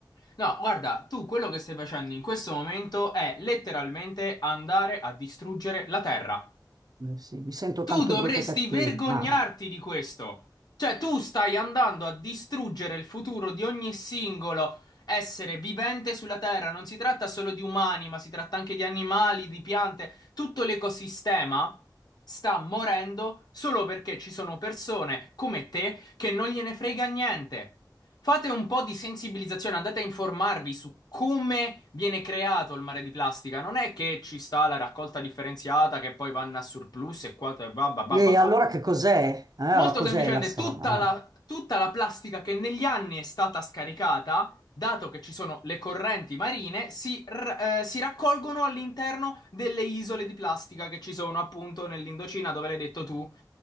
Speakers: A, on the left (about 65°); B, on the right (about 60°).
A: No, guarda, tu quello che stai facendo in questo momento è letteralmente andare a distruggere la Terra.
B: ma- eh sì, mi sento
A: Tu
B: tanto
A: dovresti
B: brutta e cattiva,
A: vergognarti
B: ma,
A: di questo. Cioè, tu stai andando a distruggere il futuro di ogni singolo essere vivente sulla Terra. Non si tratta solo di umani, ma si tratta anche di animali, di piante. Tutto l'ecosistema sta morendo solo perché ci sono persone come te che non gliene frega niente. Fate un po' di sensibilizzazione, andate a informarvi su come viene creato il mare di plastica. Non è che ci sta la raccolta differenziata che poi vanno a surplus e qua e va, va, va,
B: ma-
A: va,
B: e
A: va.
B: allora che cos'è? Eh,
A: Molto
B: oh, cos'è
A: semplicemente,
B: la storia?
A: tutta
B: Ma-
A: la, tutta la plastica che negli anni è stata scaricata, dato che ci sono le correnti marine, si, r- eh, si raccolgono all'interno delle isole di plastica che ci sono appunto nell'Indocina, dove l'hai detto tu.